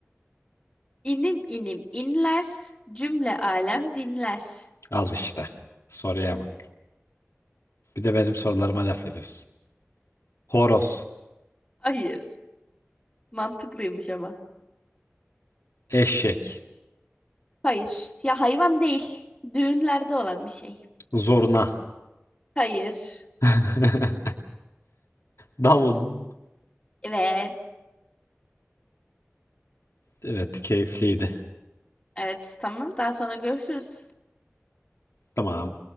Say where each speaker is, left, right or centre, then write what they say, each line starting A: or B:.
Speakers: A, on the left (about 25°); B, on the left (about 85°).
A: İnim inim inler, cümle alem dinler.
B: Al işte. Soruya bak. Bir de benim sorularıma laf ediyorsun. Horoz,
A: Hayır. Mantıklıymış ama.
B: eşek,
A: Hayır. Ya hayvan değil. Düğünlerde olan bir şey.
B: zurna,
A: Hayır.
B: <laughs> davul.
A: Evet.
B: Evet, keyifliydi.
A: Evet. Tamam. Daha sonra görüşürüz.
B: Tamam.